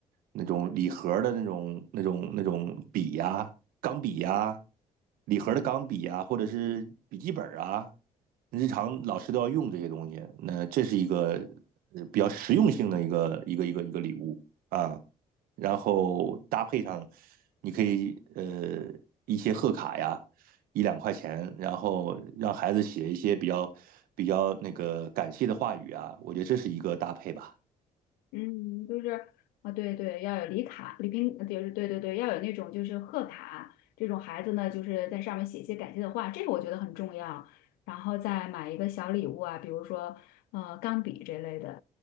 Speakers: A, on the right; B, on the left.
A: 那种礼盒的那种那种那种笔呀、钢笔呀、礼盒的钢笔呀，或者是笔记本啊。日常老师都要用这些东西，那这是一个呃比较实用性的一个一个一个一个礼物啊。然后搭配上，你可以呃一些贺卡呀，一两块钱，然后让孩子写一些比较比较那个感谢的话语啊，我觉得这是一个搭配吧。
B: 嗯，就是啊，对对，要有礼卡、礼品，就是对对对，要有那种就是贺卡这种孩子呢，就是在上面写一些感谢的话，这个我觉得很重要。然后再买一个小礼物啊，比如说呃钢笔这类的，